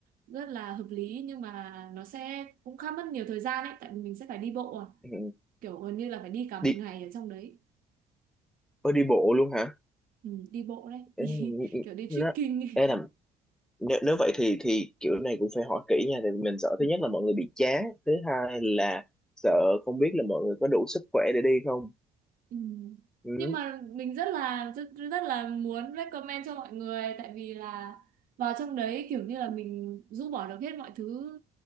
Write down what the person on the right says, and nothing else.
rất là hợp lý nhưng mà nó sẽ cũng khá mất nhiều thời gian ấy tại vì mình sẽ phải đi bộ à
kiểu gần như là phải đi cả
một ngày ở trong đấy
ừ, đi bộ đấy <laughs> đi
kiểu đi
trekking ấy.
Ừ.
Ừ.
Nhưng mà mình rất là rất, rất là muốn recommend cho mọi người tại vì là vào trong đấy kiểu như là mình rũ bỏ được hết mọi thứ